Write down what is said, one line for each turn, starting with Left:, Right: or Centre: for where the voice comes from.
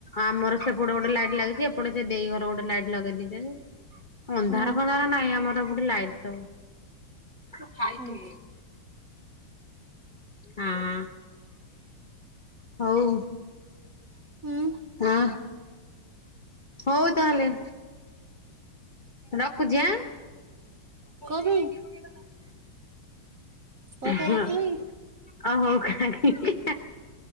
Left: ଆମର ସେପଟେ ଗୋଟେ ଲାଇଟ ଲାଗିଛି ଏଟ ସେ ଦେଇ ଘର ଗୋଟେ ଲାଇଟ ଲଗେଇ ଦେଇଛନ୍ତି। ଅନ୍ଧାର
Right: ହୁଁ
Left: ଫଧାର ନାହିଁ ଆମର ଗୋଟେ ଲାଇଟ ସବୁ
Right: ହୁଁ
Left: ହଁ ହଉ
Right: ହୁଁ
Left: ଆଁ ହଉ ତାହେଲେ ରଖୁଛି ଆଁ। ଖାଲି
Right: କଣ ପାଇଁ
Left: ଆଣ କି କଣ ପକେଇ ତାଙ୍କୁ
Right: କଣ ପାଇଁ
Left: ହଁ
Right: ରଖିବ କି?
Left: ଅ ହଉ ଖାକ ହା ହିଁ